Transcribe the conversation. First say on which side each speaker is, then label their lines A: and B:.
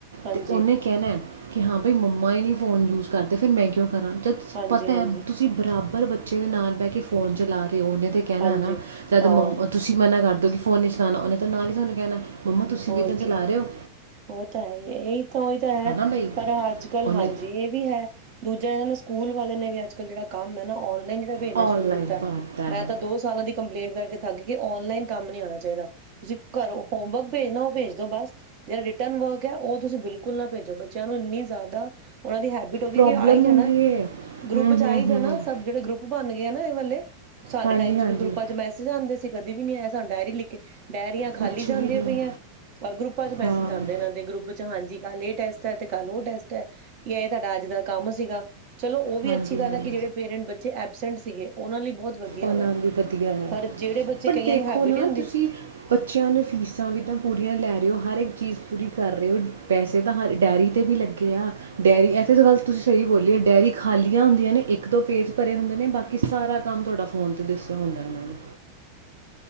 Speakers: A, on the right (about 40°); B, on the right (about 65°).
A: ਹਾਂਜੀ,
B: ਤੇ ਔਨੇ ਕਹਿਣਾ ਕਿ ਹਾਂ ਬਾਈ ਮੰਮਾ ਹੀ ਨਹੀਂ ਫੋਨ ਯੂਜ ਕਰਦੇ, ਫਿਰ ਮੈਂ ਕਿਉਂ ਕਰਾਂ ਜਦ
A: ਹਾਂਜੀ,
B: ਪਤਾ ਹੈ
A: ਹਾਂਜੀ,
B: ਤੁਸੀਂ ਬਰਾਬਰ। ਪਰ ਬੱਚੇ ਦੇ ਨਾਲ ਬਹਿ ਕੇ ਫੋਨ ਚਲਾ ਰੇ। ਤੇ ਉਹਨੇ ਤੇ ਕਹਿਣਾ
A: ਹਾਂਜੀ
B: ਨਾ, ਜਦ
A: ਹਾਂ।
B: ਮੰ ਤੁਸੀਂ ਮਨਾ ਕਰਦੇ। ਫੋਨ ਨਹੀਂ ਚਲਾਉਣਾ ਔਨੇ ਨਾਲ ਹੀ ਸਾਨੂੰ ਕਹਿਣਾ। ਮੰਮਾ ਤੁਸੀਂ ਵੀ ਤਾਂ
A: ਔਕੇ,
B: ਚਲਾ ਰਹੇ ਹੋ
A: ਔ ਤਾਂ ਹੈ ਇਹੀ ਤਾਂ ਉਹੀ ਤਾਂ ਹੈ,
B: ਹਨਾ ਬਈ
A: ਪਰ ਅੱਜ ਕੱਲ੍ਹ
B: ਉਹਨੇ
A: ਹਾਂਜੀ ਇਹ ਵੀ ਹੈ ਦੂਜੇ ਜਾਂ ਇਹਨਾਂ ਨੇ ਸਕੂਲ ਵਾਲੇ ਨੇ ਵੀ ਅੱ ਕੱਲ੍ਹ ਜਿਹੜਾ ਕੰਮ ਹੈ ਨਾ, ਔਨ - ਜਿਹੜਾ ਭੇਜਣਾ
B: ਆਨਲਾਈਨ
A: ਸ਼ੁਰੂ ਕੀਤਾ
B: ਪਾਤਾ
A: ਮੈਂ
B: ਹੈ
A: ਤਾਂ ਦੋ ਸਾਲਾਂ ਦੀ ਕੰਪਲੇਂਟ ਕਰਕੇ ਥਕ ਗਈ, ਔਨਲਾਈਨ ਕੰਮ ਨਹੀਂ ਆਣਾ ਚਾਹੀਦਾ। ਤੁਸੀ ਕਰੋ ਹੋਮਵਰਕ ਔ ਭੇਜ ਦੋ ਬਸ, ਜਿਹੜਾ ਰਿਟਰਨ ਵਰਕ ਹੈ ਉਹ ਤੁਸੀਂ ਬਿਲਕੁਲ ਨਾ ਭੇਜੋ ਬੱਚਿਆਂ ਨੂੰ ਇੰਨੀ ਜ਼ਿਆਦਾ ਔਨਾਂ ਦੀ ਹੈਬਿਟ ਹੋ ਗਈ
B: ਪ੍ਰੋਬਲਮ
A: ਕਿ ਆਈ ਜਾਣਾ
B: ਹੁੰਦੀ ਹੈ
A: ਗਰੁੱਪ
B: ਹੂੰ
A: ਚ
B: ਹੂੰ
A: ਆ ਹੀ ਜਾਣਾ
B: ਹੂੰ
A: ਸਭ ਜਿਹੜੇ ਗਰੁੱਪ ਬਣ ਗਿਆ ਨਾ ਇਹ ਵਾਲੇ ਸਾਡੇ
B: ਹਾਂਜੀ
A: ਟਾਈਮ ਚ
B: ਹਾਂਜੀ
A: ਕੋਈ ਗਰੁੱਪਾਂ ਚ ਮੈਸਜ ਆਉਂਦੇ ਸੀ ਕਦੇ ਵੀ ਨਹੀਂ ਆਇਆ ਸਾਨੂੰ ਡਾਇਰੀ ਲਿਖ ਕੇ ਡਾਇਅਰੀਆਂ ਖਾਲੀ
B: ਕੁਛ
A: ਜਾਂਦੀਆਂ।
B: ਵੀ ਨਹੀਂ
A: ਕੀ ਹੈ, ਗਰੁੱਪਾਂ ਚ ਮੈਸੇਜ
B: ਹਾਂ
A: ਆਉਦੇਨਾਂ ਦੇ ਗਰੁੱਪ ਚ ਹਾਂਜੀ, ਕੱਲ ਇਹ ਟੈਸਟ ਹੈ, ਤੇ ਕੱਲ ਉਹ ਟੈਸਟ ਹੈ ਜਾਂ ਇਹ ਤੁਹਾਡਾ ਅੱਜ ਦਾ ਕੰਮ ਸੀਗਾ। ਚਲੋ ਉਹ ਵੀ
B: ਹਾਂਜੀ
A: ਅੱਛੀ ਗੱਲ
B: ਹਾਂਜੀ
A: ਹੈ, ਕਿ ਜਿਹੜੇ ਪੇਰੈਂਟ ਬੱਚੇ ਸਿੰਟ ਸੀਗੇ, ਉਹਨਾਂ ਲਈ ਬਹੁਤ ਵਧੀਆ
B: ਔ ਨਾਮ
A: ਵਾ
B: ਵੀ ਵਧੀਆ ਹੈ,
A: ਪਰ ਜਿਹੜੇ ਬੱਚੇ
B: ਪਰ
A: ਕਈਆਂ
B: ਦੇਖੋ
A: ਨੂੰ ਹੈਬਿਟ
B: ਨਾ
A: ਹੀ ਨਹੀਂ ਹੁੰਦੀ
B: ਤੁਸੀਂ ਬੱਚਿਆਂ ਨੂੰ ਫੀਸ ਵੀ ਤਾਂ ਪੂਰੀਆਂ ਲੈ ਰਹੇ ਹੋ ਹਰ ਇੱਕ ਚੀਜ਼ ਪੂਰੀ ਕਰ ਰਹੇ ਹੋ ਪੈਸੇ ਤਾਂ ਹਰ ਡਾਇਅਰੀ 'ਤੇ ਵੀ ਲੱਗੇ ਆ ਡੈਅਰੀ ਇੱਥੇ ਤਾਂ ਗੱਲ ਤੁਸੀਂ ਸਹੀ ਬੋਲੀਓ ਡਾਇਅਰੀ ਖਾਲੀਆਂ ਹੁੰਦੀਆਂ ਨੇ ਇੱਕ ਦੋ ਪੇਜ ਭਰੇ ਹੁੰਦੇ ਨੇ ਬਾਕੀ ਸਾਰਾ ਕੰਮ ਤੁਹਾਡਾ ਫੋਨ ਤੇ ਦੱਸੋ ਹੁੰਦਾ ਇਹਨਾਂ ਨੇ